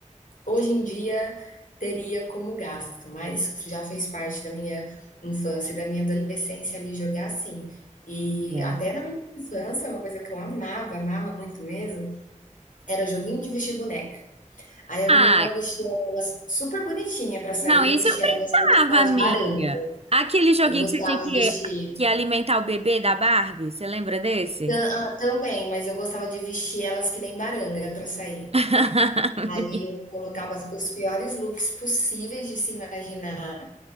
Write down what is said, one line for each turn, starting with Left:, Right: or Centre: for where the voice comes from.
Left: hoje em dia teria como gasto, mas já fez parte da minha infância e da minha adolescência ali jogar assim. E
Right: É.
Left: até na minha infância, uma coisa que eu amava, amava muito mesmo, era joguinho de vestir boneca. Aí a
Right: Ah,
Left: minha irmã vestia elas super bonitinha para sair,
Right: Não, isso
Left: eu vestia
Right: eu brincava,
Left: elas feito com
Right: amiga.
Left: os barangas.
Right: Aquele joguinho
Left: Eu gostava
Right: que você tinha
Left: de
Right: que,
Left: vestir
Right: que alimentar o bebê da Barbie, você lembra desse?
Left: tam ah, também, mas eu gostava de vestir elas que nem baranga para sair.
Right: <laughs>
Left: Aí eu colocava os piores looks possíveis de se imaginar,